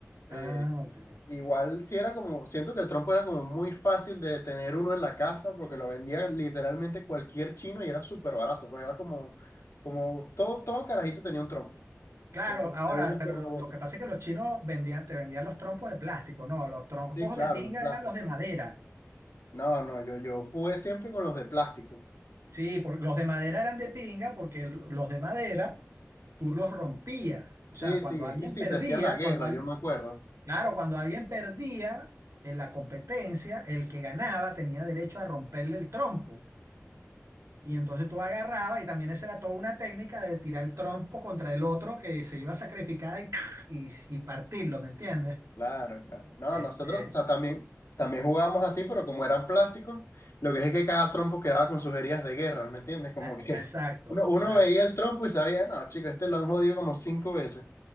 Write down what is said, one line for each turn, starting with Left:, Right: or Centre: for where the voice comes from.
Left: Eh,
Right: Ah, ok.
Left: igual sí era como, siento que el trompo era como muy fácil de tener uno en la casa porque lo vendía literalmente cualquier chino y era súper barato, pues era como, como todo, todo carajito tenía un trompo,
Right: Claro,
Left: eh, de
Right: ahora,
Left: de una
Right: pero
Left: forma
Right: lo,
Left: u
Right: lo
Left: otra.
Right: que pasa es que los chinos vendían, te vendían los trompos de plástico, no, los trompos
Left: Sí, claro,
Right: de pinga
Left: los plásticos.
Right: eran los de madera.
Left: No, no, yo, yo jugué siempre con los de plástico.
Right: Sí, por- los de madera eran de pinga porque l- los de madera tú los rompías. O
Left: Sí,
Right: sea,
Left: sí,
Right: cuando
Left: es
Right: alguien
Left: que sí,
Right: perdía,
Left: se hacía la guerra,
Right: cuando, al-
Left: yo me acuerdo.
Right: Claro, cuando alguien perdía en la competencia, el que ganaba tenía derecho a romperle el trompo. Y entonces tú agarrabas, y también esa era toda una técnica de tirar el trompo contra el otro que se iba a sacrificar y, <clears throat> y, y partirlo, ¿me entiendes?
Left: Claro, claro. No,
Right: Este,
Left: nosotros, o sea, también, también jugábamos así, pero como eran plásticos, lo que es que cada trompo quedaba con sus heridas de guerra, ¿me entiendes? Como
Right: e-
Left: Sí. que
Right: exacto,
Left: <laughs> uno, uno
Right: exacto.
Left: veía el trompo y sabía, no, chico, este lo han jodido como cinco veces.